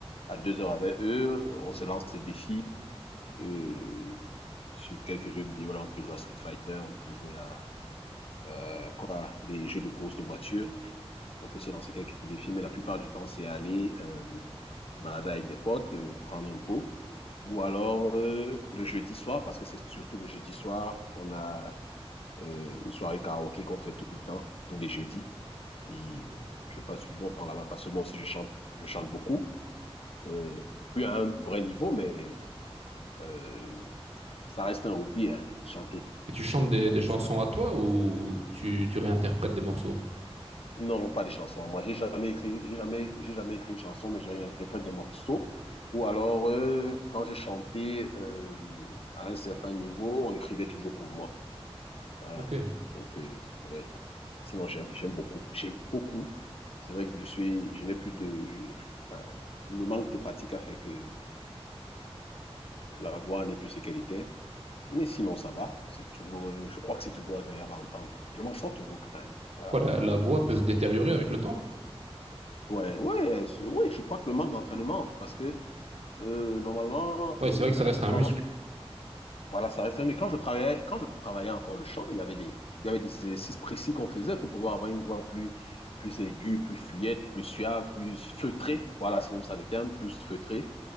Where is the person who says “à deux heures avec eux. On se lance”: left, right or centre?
Left